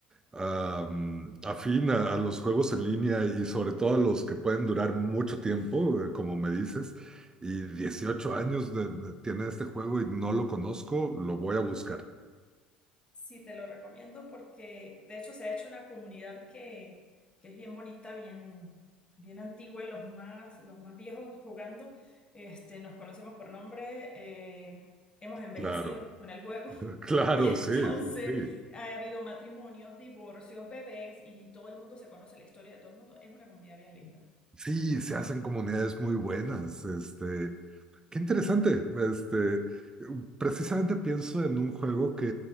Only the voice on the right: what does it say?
am, afín a, a los juegos en línea y sobre todo a los que pueden durar mucho tiempo, eh, como me dices, y 18 años de- de- tiene este juego y no lo conozco, lo voy a buscar.
Claro,
<laughs> claro,
sí, sí, sí.
Sí, se hacen comunidades muy buenas, este, Qué interesante. Este, precisamente pienso en un juego que